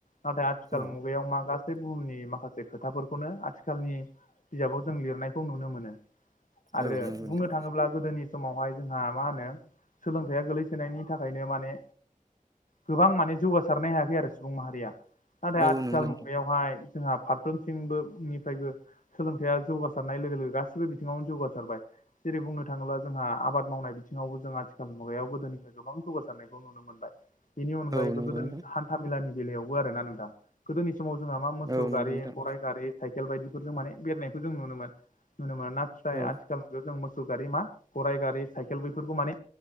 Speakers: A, on the left; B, on the right.
A: नाथाय आथिखाल
B: औ
A: मुगायाव मा गासै बुहुमनि माखासे खोथाफोरखौनो आथिखालनि बिजाबाव जों लिरनायखौ नुनो मोनो आरो
B: औ नंगौ
A: बुंनो
B: नोंथां
A: थाङोब्ला गोदोनि समावहाय जोंहा मा होनो सोलोंथाइा गोलैसोनायनि थाखायनो माने गोबां माने जौगासारनो हायाखै आरो सुबुं माहारिया नाथाय
B: औ
A: आथिखाल
B: नंगौ नोंथां
A: मुगायावहाय जोंहा फारफ्रोमसिंबो निफ्रायबो सोलोंथाइया जौगासारनाय लोगो लोगो गासिबो बिथिङावनो जौगासारबाय जेरै बुंनो थाङोब्ला जोंहा आबाद मावनाय बिथिङावबो जों आथिखाल मुगायाव गोदोनिफ्राय गोबां जौगासारनायखौ नुनो मोनबाय बेनि अनगायैबो
B: औ नंगौ
A: गोदो
B: नोंथां
A: हान्था- मेलानि बेलायावबो आरो ना नोंथां गोदोनि समाव जोंहा मा मोसौ
B: औ नंगौ
A: गारि,
B: नोंथां
A: गराइ गारि, साइकेल बायदिफोरजों माने बेरनायखौ जों नुनो मोनोन नुनो मोनो नाथाइ
B: औ
A: आथिखाल मुगायाव जों मोसौ गारि मा गराइ गारि साइकेल बैफोरखौ माने